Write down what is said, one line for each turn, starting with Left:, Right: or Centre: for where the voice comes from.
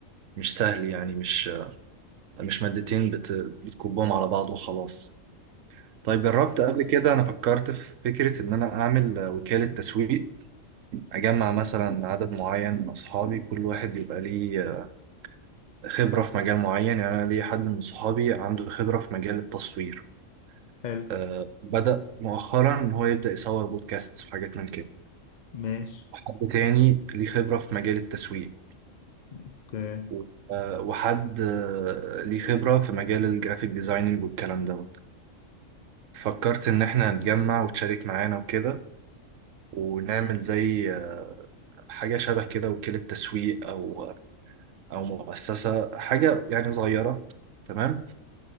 Right: مش سهل يعني مش مش مادتين بت... بتكبهم على بعض وخلاص طيب جربت قبل كده انا فكرت في فكرة ان انا اعمل آه، وكالة تسويق اجمع مثلا عدد معين من اصحابي كل واحد يبقى ليه آه، خبرة في مجال معين يعني انا ليا حد من صحابي عنده خبرة في مجال التصوير
Left: حلو
Right: آه، بدأ مؤخرا ان هو يبدأ يصور بودكاست وحاجات من كده
Left: ماشي
Right: وحد تاني ليه خبرة في مجال التسويق
Left: اوكي
Right: و- آه، وحد آه، ليه خبرة في مجال الجرافيك ديزايننج والكلام دوت فكرت إن إحنا نتجمع وتشارك معانا وكده ونعمل زي آه، حاجة شبه كده وكيلة تسويق أو أو مؤسسة حاجة يعني صغيرة تمام